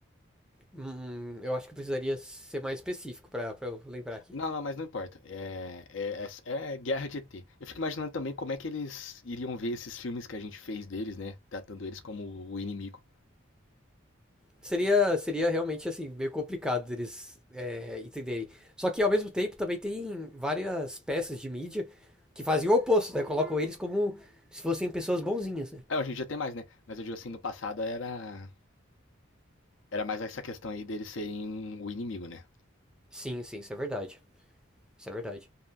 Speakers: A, in the centre; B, on the left.
A: Hum, eu acho que precisaria ser mais específico pra, pra eu lembrar aqui.
B: Não, não, mas não importa. É, é, é, é guerra de E T. Eu fico imaginando também como é que eles iriam ver esses filmes que a gente fez deles, né? Tratando eles como o inimigo.
A: Seria, seria realmente, assim, meio complicado deles é, entenderem. Só que, ao mesmo tempo, também tem várias peças de mídia que fazem o oposto, né? Colocam eles como se fossem pessoas bonzinhas, né?
B: É, hoje em dia tem mais, né? Mas eu digo assim, no passado era, era mais essa questão aí deles serem o inimigo, né?
A: Sim, sim, isso é verdade. Isso é verdade.